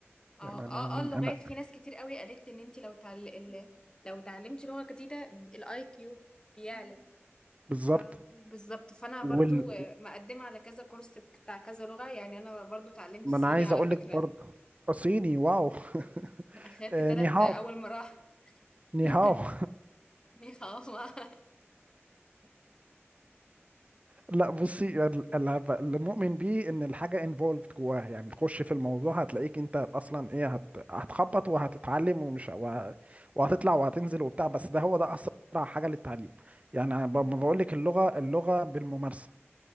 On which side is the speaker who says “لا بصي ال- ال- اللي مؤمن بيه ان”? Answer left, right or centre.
Right